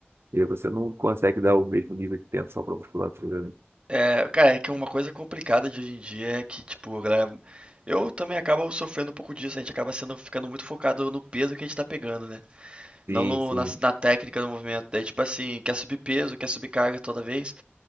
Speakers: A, on the right; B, on the right.
A: E aí você não consegue dar o mesmo nível de tensão para musculatura. né?
B: É, cara, é que uma coisa complicada de hoje em dia é que, tipo, a galera. Eu também acabo sofrendo um pouco disso, a gente acaba sendo, ficando muito focado no peso que a gente tá pegando, né?
A: Sim,
B: Não no-
A: sim.
B: na, na técnica do movimento. Daí, tipo assim, quer subir peso, quer subir carga toda vez.